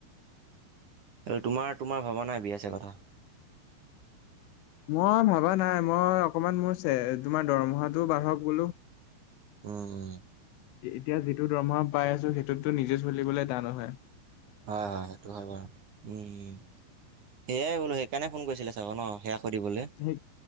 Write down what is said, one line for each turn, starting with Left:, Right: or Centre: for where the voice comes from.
Right: তোমাৰ তোমাৰ ভৱানাই বিয়া চিয়া কথা।
Left: মই ভাবা নাই মই অকমান মোৰ তোমাৰ দৰমহাটোও বাঢ়ক বোলো
Right: উম উম।
Left: এতিয়া যিটো দৰমহা পাই আছো সেইটোততো নিজে চলিবলৈ টান নহয়।
Right: হয় হয় সেইটো হয় বাৰু উম সেয়াই বোলো সেইকাৰণে ফোন কৰিছিলে চাগ ন'। সেয়া সুধিবলৈ।
Left: সেই